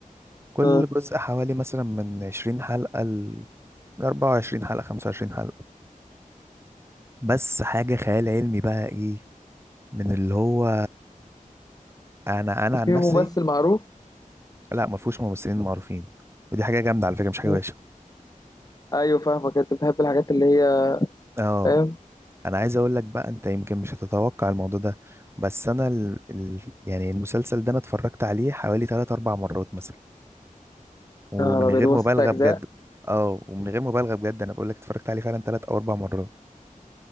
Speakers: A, on the right (about 20°); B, on the left (about 25°).
A: كل
B: اه
A: جزء حوالي مثلا من عشرين حلقة لأربعة وعشرين حلقة خمسة وعشرين حلقة بس حاجة خيال علمي بقى إيه من اللي هو أنا أنا
B: في
A: عن نفسي
B: ممثل معروف
A: لا ما فيهوش ممثلين معروفين ودي حاجة جامدة على فكرة مش حاجة
B: آه.
A: وحشة
B: ايوه فاهمك انت بتحب الحاجات اللي هي
A: اه
B: فاهم
A: أنا عايز أقول لك بقى أنت يمكن مش هتتوقع الموضوع ده بس أنا ال... ال... يعني المسلسل ده أنا اتفرجت عليه حوالي تلات أربع مرات مثلا ومن
B: يا نهار ابيض
A: غير
B: هو
A: مبالغه
B: ست اجزاء
A: بجد اه ومن غير مبالغه بجد انا بقول لك اتفرجت عليه فعلا ثلاث او اربع مرات